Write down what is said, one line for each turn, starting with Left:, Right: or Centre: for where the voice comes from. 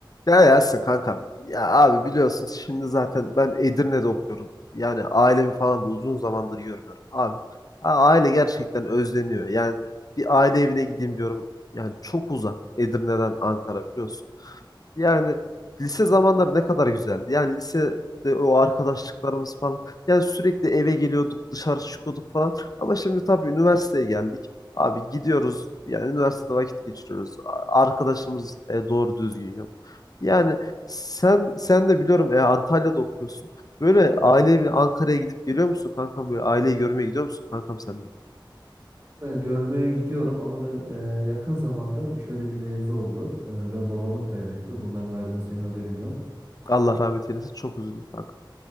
Left: Ya Yasin kankam. Ya abi biliyorsun şimdi zaten ben Edirne'de okuyorum. Yani ailemi falan da uzun zamandır görmüyorum. Abi ha, aile gerçekten özleniyor. Yani bir aile evine gideyim diyorum. Yani çok uzak Edirne'den Ankara biliyorsun. Yani lise zamanları ne kadar güzeldi. Yani lisede o arkadaşlıklarımız falan. Yani sürekli eve geliyorduk, dışarı çıkıyorduk falan. Ama şimdi tabii üniversiteye geldik. Abi gidiyoruz. Yani üniversitede vakit geçiriyoruz. A- Arkadaşımız e, doğru düzgün yok. Yani sen sen de biliyorum e, Antalya'da okuyorsun. Böyle ailevi Ankara'ya gidip geliyor musun kankam? Böyle aileyi görmeye gidiyor musun kankam sen de?
Right: E, Görmeye gidiyorum ama ben e, yakın zamanda şöyle bir mevzu oldu. E, ben babamı kaybettim. Bundan galiba senin haberin yok.
Left: Allah rahmet eylesin. Çok üzüldüm kankam.